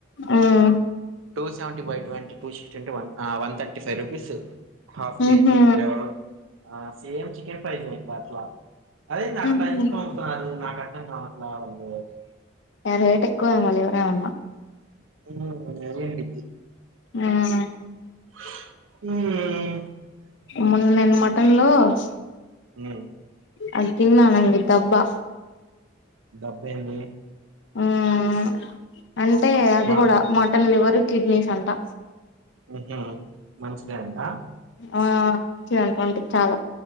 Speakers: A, on the left; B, on the right.
A: ఉమ్
B: టూ సెవెంటీ బై టెంట్ టూ అంటే టూ సిక్స్టీ అంటేన్ one thirty five rupees half కేజీ
A: ఉహు
B: లివరు ఆ సేమ్ చికెన్ ఫ్రైస్ ఇంకా అట్లా అదేందిర్ అట్లా
A: ఉహు
B: ఎందుకు అమ్ముతున్నారు నాకు అర్థం కా అట్లా వాళ్ళ
A: య రేట ఎక్కువ మళ్ళీ లివర్ ఎయిమన్నా
B: ఉమ్ అదే అండి
A: ఆహ్
B: హా
A: మొన్న నేను మట్ హాలోస్
B: ఉమ్
A: అది తిన్నానండి తబ్బా
B: డబ్ ఏంది
A: ఉమ్ అంటే అది
B: వన్
A: కూడా మటన్ లివర్ <unintelligible> కిడ్నీస్ అంటా
B: ఉహు మంచిదే అంటా
A: ఆ మంచి అనుకోండి చాలా